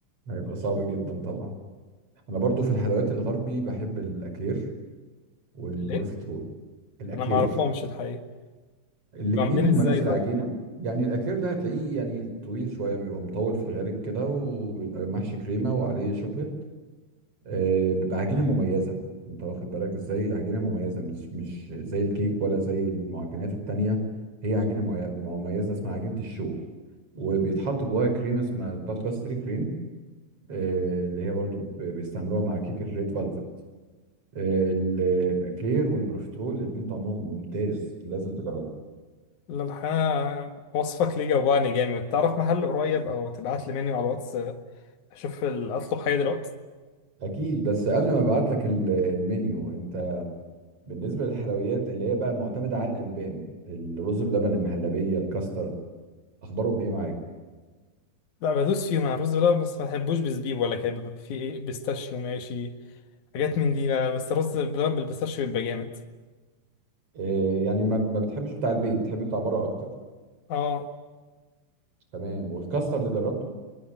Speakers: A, on the right; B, on the left.
A: هيبقى صعب جدا طبعا انا برضو في الحلويات الغربي بحب الاكلير والبروفيترول
B: <laughs> ليه؟
A: الاكلير
B: انا ما اعرفهمش الحقيقة
A: الاتنين
B: بيبقوا عاملين
A: هما
B: ازاي
A: نفس
B: طيب؟
A: العجينه يعني الاكلير ده هتلاقيه يعني طويل شويه بيبقى مطول في الغالب كده وبيبقى محشي كريمه وعليه شوكليت آه بيبقى عجينه مميزه انت واخد بالك ازاي عجينه مميزه مش مش زي الكيك ولا زي المعجنات التانية هي عجينه مي- مميزه اسمها عجينه الشو وبيتحط جواها كريمه اسمها الباستري كريم آه، اللي هي برضو ب- بيستعملوها مع كيك الريد فالفت ال- الاكلير والبروفيترول الاتنين طعمهم ممتاز لازم تجربها
B: لا الحقيقة وصفك ليه جوعني جامد تعرف محل قريب او تبعت لي منيو على الواتس اشوف ال- اطلب حاجه دلوقتي
A: اكيد بس قبل ما ابعت لك ال- المنيو انت بالنسبه للحلويات اللي هي بقى معتمده على الالبان الرز بلبن المهلبيه الكاسترد اخبارهم ايه معاك
B: لا بدوس فيهم انا الرز بلبن بس ما بحبوش بزبيب ولا كده بيبقى فيه ايه بيستاشيو ماشي حاجات من دي لا بس الرز بلبن بالبيستاشيو بيبقى جامد
A: إيه يعني ما ما بتحبش بتاع البيت بتحب بتاع بره اكتر
B: اه
A: تمام والكاسترد جربته